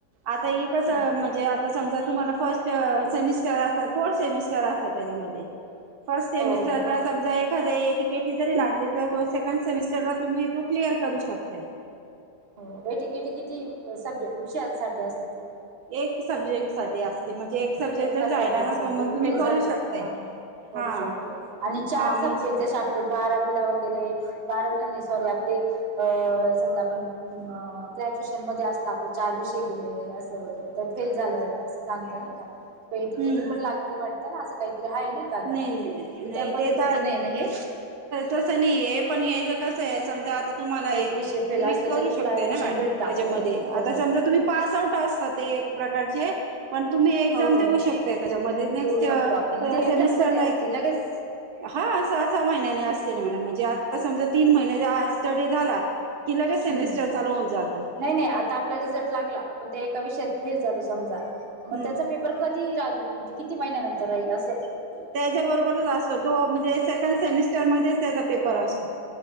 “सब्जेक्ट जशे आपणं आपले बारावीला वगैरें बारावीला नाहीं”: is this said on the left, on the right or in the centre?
Right